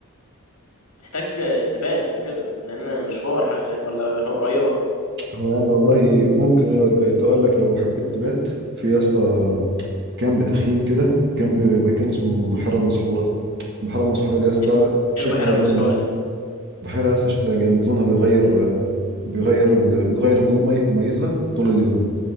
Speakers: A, on the left; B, on the right.
A: محتاج تبات وكده لان مشوار حاجه زي ولا قريبه
B: هو يعني والله ممكن ايوه تبات اقول لك لو حبيت تبات في يا اسطى كامب تخييم كده جنب مكان اسمه البحيره المسحوره البحيره المسحوره دي يا اسطى
A: ايه الب-
B: شكلها
A: إيه البحيره المسحوره
B: جامد
A: دي
B: بحيره يا اسطى شكلها جامد لونها بيغير بيغير ال... بتغير لون مي... ميتها طول اليوم